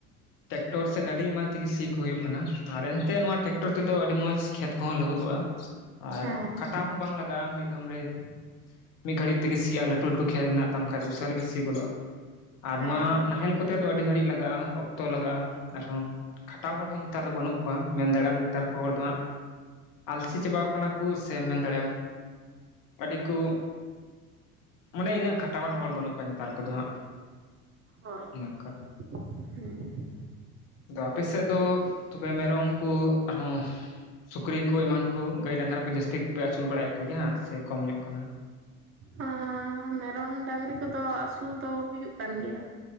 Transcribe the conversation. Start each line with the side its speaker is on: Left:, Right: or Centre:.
Left: ᱴᱮᱠᱴᱚᱨ ᱥᱮ ᱜᱟᱹᱰᱤ ᱮᱢᱟᱱ ᱛᱮᱜᱮ ᱥᱤ ᱠᱚ ᱦᱩᱭᱩᱜ ᱠᱟᱱᱟ ᱟᱨ ᱮᱱᱛᱮᱜ ᱱᱚᱣᱟ ᱴᱮᱠᱴᱚᱨ ᱛᱮᱫᱚ ᱟᱹᱰᱤ ᱢᱚᱡᱽ ᱠᱷᱮᱛ ᱠᱚᱦᱚᱸ ᱞᱟᱹᱦᱩᱫᱚᱜᱼᱟ ᱟᱨ
Right: ᱦᱮᱸ
Left: ᱠᱷᱟᱴᱟᱣ
Right: ᱦᱮᱸ
Left: ᱦᱚᱸ ᱵᱟᱝ ᱞᱟᱜᱟᱜᱼᱟ ᱢᱤᱫ ᱫᱷᱚᱢ ᱨᱮ ᱢᱤᱫ ᱜᱷᱟᱹᱲᱤᱡ ᱛᱮᱜᱮ ᱥᱤᱜ-ᱟ <unintelligible> ᱟᱨ
Right: ᱦᱮᱸ
Left: ᱱᱚᱣᱟ ᱱᱟᱦᱮᱞ ᱠᱚᱛᱮ ᱫᱚ ᱟᱹᱰᱤ ᱜᱷᱟᱹᱲᱤᱡ ᱞᱟᱜᱟᱜᱼᱟ ᱚᱠᱛᱚ ᱞᱟᱜᱟᱜᱼᱟ ᱟᱨᱦᱚᱸ ᱠᱷᱟᱴᱟᱣ ᱦᱚᱲ ᱦᱚᱸ ᱱᱮᱛᱟᱨ ᱫᱚ ᱵᱟᱹᱱᱩᱜ ᱠᱚᱣᱟ ᱢᱮᱱ ᱫᱟᱲᱮᱭᱟᱜ ᱟᱢ ᱱᱮᱛᱟᱨ ᱠᱚ ᱦᱚᱲ ᱫᱚ ᱦᱟᱸᱜ ᱟᱞᱥᱤ ᱪᱟᱵᱟᱣ ᱠᱟᱱᱟ ᱠᱚ ᱥᱮᱢ ᱢᱮᱱ ᱫᱟᱲᱮᱭᱟᱜᱼᱟ ᱟᱹᱰᱤ ᱠᱚ ᱢᱟᱱᱮ ᱤᱱᱟᱹᱜ ᱠᱷᱟᱴᱟᱣᱟᱱ ᱦᱚᱲ ᱵᱟᱹᱱᱩᱜ ᱚᱠᱟ ᱱᱮᱛᱟᱨ ᱠᱚᱫᱚ ᱦᱟᱸᱜ
Right: ᱦᱳᱭ
Left: ᱚᱱᱮ ᱚᱱᱠᱟ
Right: ᱦᱮᱸ
Left: ᱛᱚ ᱟᱯᱮ ᱥᱮᱫ ᱫᱚ ᱛᱚᱵᱮ ᱢᱮᱨᱚᱢ ᱠᱚ ᱟᱨᱦᱚᱸ ᱥᱩᱠᱨᱤ ᱠᱚ ᱮᱢᱟᱱ ᱠᱚ ᱜᱟᱹᱭ ᱰᱟᱝᱨᱟ ᱠᱚ ᱡᱟᱹᱥᱛᱤ ᱠᱚᱯᱮ ᱟᱹᱥᱩᱞ ᱵᱟᱲᱟᱭᱮᱫ ᱠᱚᱜᱮᱭᱟ ᱥᱮ ᱠᱚᱢ ᱧᱚᱜ ᱠᱟᱱᱟ
Right: ᱟᱻ ᱢᱮᱨᱚᱢ ᱰᱟᱝᱨᱤ ᱠᱚᱫᱚ ᱟᱹᱥᱩᱞ ᱫᱚ ᱦᱩᱭᱩᱜ ᱠᱟᱱ ᱜᱮᱭᱟ